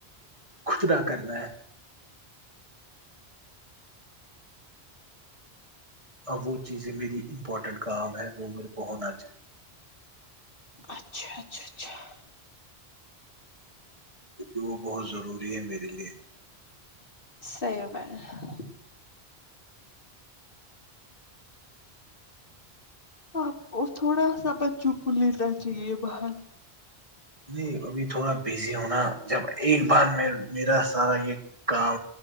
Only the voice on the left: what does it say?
اچھا اچھا اچھا <unintelligible>
صی میں <unintelligible> آپ تھوڑا سا بچوں کو لینا چاہیے باہر <unintelligible>